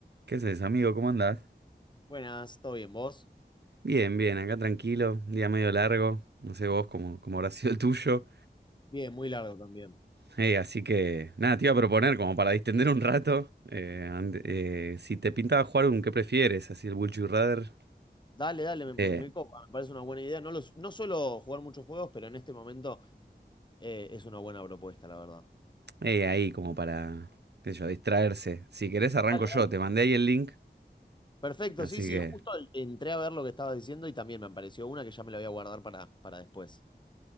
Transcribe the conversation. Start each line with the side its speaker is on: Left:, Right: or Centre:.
Right: ¿Qué haces, amigo? ¿Cómo andás?
Left: Buenas, ¿todo bien? ¿Vos?
Right: Bien, bien, acá tranquilo, día medio largo, no sé vos cómo, cómo habrá <laughs> sido el tuyo.
Left: Bien, muy largo también.
Right: Eh, así que, nada, te iba a proponer como para distender un rato, eh, ante- eh, si te pintaba jugar un qué prefieres, así el Would You Rather,
Left: Dale, dale, me, me-
Right: eh,
Left: me copa, me parece una buena idea. No, los, no suelo jugar muchos juegos, pero en este momento eh, es una buena propuesta, la verdad.
Right: eh, ahí como para, qué sé yo, distraerse. Si querés arranco
Left: Dale,
Right: yo,
Left: dale.
Right: te mandé ahí el link,
Left: Perfecto,
Right: así
Left: sí, sí,
Right: que
Left: justo el- entré a ver lo que estabas diciendo y también me apareció una que ya me la voy a guardar para, para después.